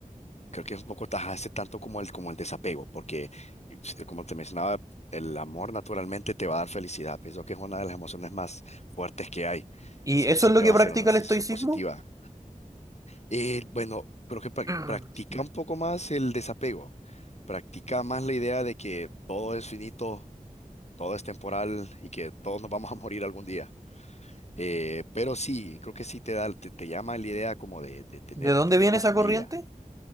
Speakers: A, on the left; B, on the right.
A: creo que es un poco tajarse tanto como el, como el desapego, porque y, pues, eh, como te mencionaba, el amor naturalmente te va a dar felicidad. Pienso que es una de las emociones más fuertes que hay,
B: ¿Y
A: así
B: eso
A: que siempre
B: es lo que
A: va a
B: practica
A: ser una sensación
B: el estoicismo?
A: positiva. Y bueno, creo que pra-
B: <clears throat>
A: practica un poco más el desapego, practica más la idea de que todo es finito, todo es temporal y que todos nos vamos a morir algún día. Eh, pero sí, creo que sí te da, te, te llama la idea como de, de tener,
B: ¿De dónde
A: tener
B: viene
A: una
B: esa
A: familia.
B: corriente?